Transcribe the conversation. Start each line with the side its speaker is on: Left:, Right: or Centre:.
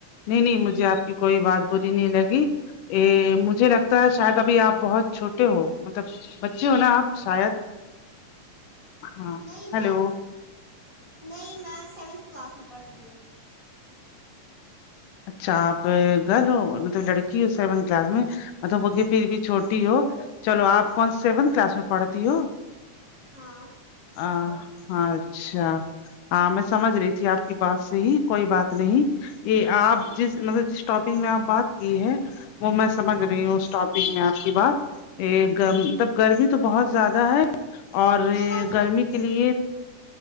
Left: نہیں نہیں مجھے آپ کی کوئی بات بری نہیں لگی ا مجھے لگتا ہے شاید ابھی آپ بہت چھوٹے ہو مطلب بچے ہو نا آپ شاید ہاں
Right: نہیں
Left: ہیلو
Right: میں نہیں میں سیونتھ کلاس میں پڑھتی ہوں
Left: اچھا آپ گل ہو مطلب لڑکی ہو سیونتھ کلاس میں مطلب وہ کہ پھر بھی چھوٹی ہو چلو آپ کون سیونتھ کلاس میں پڑھتی ہو
Right: ہاں
Left: آ ہ اچھا ہاں میں سمجھ رہی تھی آپ کی بات سے ہی کوئی بات نہیں یہ آپ جس مطلب جس ٹاپک میں آپ بات کی ہے وہ میں سمجھ
Right: ہاں
Left: رہی ہوں اس ٹاپک میں آپ کی بات گب گرمی تو بہت زیادہ ہے اور
Right: جب آپ نے
Left: گرمی کے لئے